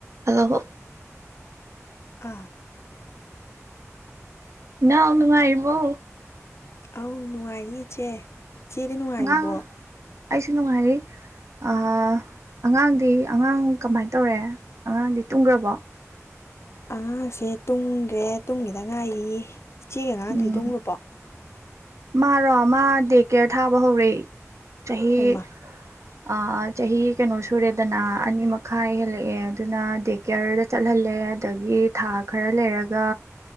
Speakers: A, on the right (about 65°); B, on the left (about 55°).
A: hello
B: ꯑ
A: ꯅꯨꯉꯥꯏꯔꯤꯕꯣ
B: ꯑꯧ ꯅꯨꯡꯉꯥꯏꯔꯤ ꯏꯆꯦ ꯆꯦꯗꯤ ꯅꯨꯡꯉꯥꯏꯔꯤꯕꯣ
A: ꯑꯉꯥꯡ ꯑꯩꯁꯨ ꯅꯨꯡꯉꯥꯏꯔꯤ ꯑ ꯑꯉꯥꯡꯗꯤ ꯑꯉꯥꯡ ꯀꯃꯥꯏꯅ ꯇꯧꯔꯦ ꯑꯉꯥꯡꯗꯤ ꯇꯨꯝꯈ꯭ꯔꯕꯣ
B: ꯑꯉꯥꯡꯁꯦ ꯇꯨꯝꯈ꯭ꯔꯦ ꯇꯨꯝꯈꯤꯗ ꯉꯥꯏꯔꯤ ꯏꯆꯦꯒꯤ ꯑꯉꯥꯡꯗꯤ
A: ꯎꯝ
B: ꯇꯨꯝꯈ꯭ꯔꯕꯣ
A: ꯃꯥꯔꯣ ꯃꯥ ꯗꯦꯛꯀꯦꯔ ꯊꯥꯕ ꯍꯧꯔꯦ ꯆꯍꯤ
B: ꯅꯣꯏꯃꯥ
A: ꯑ ꯆꯍꯤ ꯀꯩꯅꯣ ꯁꯨꯔꯦꯗꯅ ꯑꯅꯤ ꯃꯈꯥꯏ ꯍꯦꯜꯂꯛꯑꯦ ꯑꯗꯨꯅ ꯗꯦ ꯀꯦꯌꯔꯗ ꯆꯠꯍꯜꯂꯦ ꯑꯗꯒꯤ ꯊꯥ ꯈꯔ ꯂꯩꯔꯒ